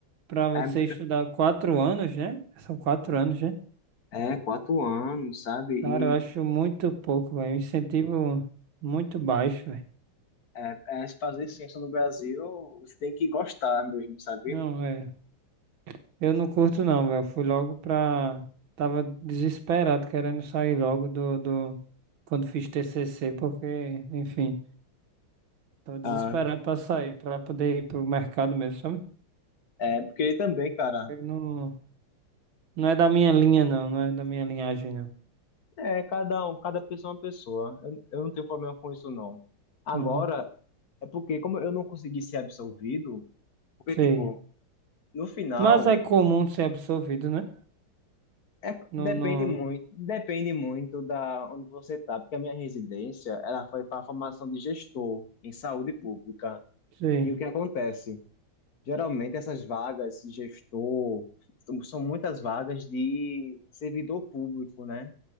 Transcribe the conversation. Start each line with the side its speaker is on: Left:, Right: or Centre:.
Right: pra você
Left: É muito.
Right: estudar quatro anos, né? São quatro anos, né?
Left: É, quatro anos, sabe? E
Right: Cara, eu acho muito pouco, velho. Incentivo muito baixo, velho.
Left: é, é, se fazer ciência no Brasil, você tem que gostar mesmo, sabe?
Right: Não, é. Eu não curto, não, velho. Fui logo pra. Tava desesperado, querendo sair logo do, do. Quando fiz TCC, porque, enfim, tava desesperado
Left: Ah,
Right: pra sair, pra poder ir pro mercado mesmo, sabe?
Left: é, porque também, cara,
Right: Eu não... não é da minha linha, não. Não é da minha linhagem, não.
Left: é, cada um, cada pessoa é uma pessoa. Eu, eu não tenho problema com isso, não. Agora,
Right: Uhum,
Left: é porque como eu não consegui ser absolvido, porque,
Right: sei.
Left: tipo, no final,
Right: Mas é comum ser absorvido, né?
Left: é,
Right: No,
Left: depende
Right: no.
Left: muito, depende muito da onde você tá, porque a minha residência, ela foi para a formação de gestor em saúde pública.
Right: Sei,
Left: E o que acontece? Geralmente essas vagas, gestor, são são muitas vagas de servidor público, né?